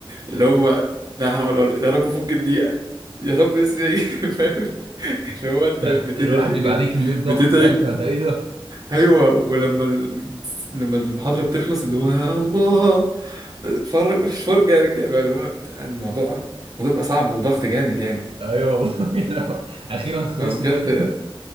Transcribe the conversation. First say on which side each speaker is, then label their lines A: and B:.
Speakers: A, on the right (about 45°); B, on the right (about 80°).
A: اللي هو لا حول ولا يا رب فك الدقيقه يا رب اسمي <laughs> <laughs> هو انت
B: ده
A: بتدعي
B: الواحد
A: بجد
B: بيبقى عليه كمية ضغط
A: بتدعي
B: ساعتها ده ايه ده
A: ايوه ولما ال... لما المحاضره بتخلص اللي هو يا الله فرج فرجه يا رجاله بقى اللي هو بتاع الموضوع الموضوع بيبقى صعب وضغط جامد يعني
B: ايوه والله <laughs> لو- اخيرا خلصنا
A: فبجد
B: منه